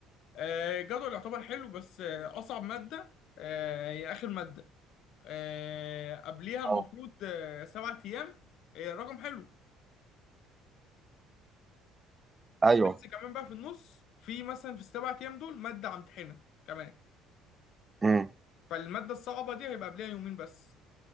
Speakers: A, on the left; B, on the right.
A: آه الجدول يعتبر حلو بس آه اصعب ماده آه هي اخر ماده آه قبليها المفروض
B: أو.
A: آه سبعة ايام آه رقم حلو
B: ايوه
A: بس كمان بقى في النص في مثلا في السبع ايام دول ماده همتحنها كمان
B: امم
A: فالماده الصعبه دي هيبقى قبلها يومين بس